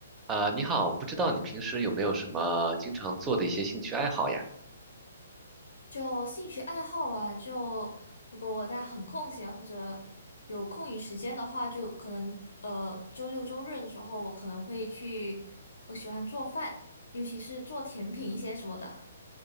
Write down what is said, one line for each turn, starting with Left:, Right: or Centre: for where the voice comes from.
Right: 呃，你好，不知道你平时有没有什么经常做的一些兴趣爱好呀？
Left: 就兴趣爱好吧，就如果我在很空闲或者有空余时间的话，就可能呃周六周日的时候，我可能会去，我喜欢做饭，尤其是做甜品一些什么的。